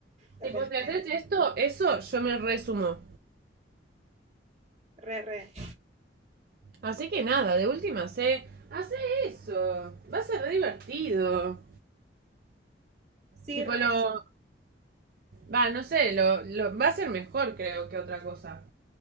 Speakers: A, on the right; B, on the right.
A: lo
B: Tipo,
A: pensé,
B: si haces esto, eso, yo me resumo.
A: re, re.
B: Así que nada, de última sé. Hace eso. Va a ser re divertido.
A: Sí,
B: Tipo
A: re.
B: lo. Va, no sé, lo, lo- va a ser mejor creo que otra cosa.